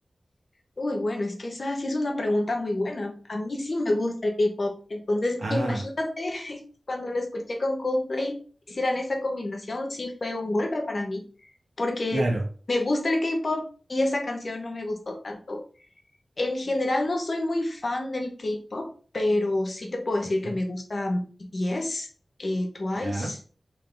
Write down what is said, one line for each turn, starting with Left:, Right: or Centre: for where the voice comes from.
Left: Uy, bueno, es que esa sí es una pregunta muy buena. A mí sí me gusta el K-pop. Entonces,
Right: Ah,
Left: imagínate <laughs> cuando lo escuché con Coldplay, hicieran esa combinación, sí fue un golpe para mí, porque
Right: claro.
Left: me gusta el K-pop y esa canción no me gustó tanto. En general, no soy muy fan del K-pop, pero sí te puedo decir
Right: Ujú,
Left: que me gusta BTS, eh, Twice,
Right: Ya.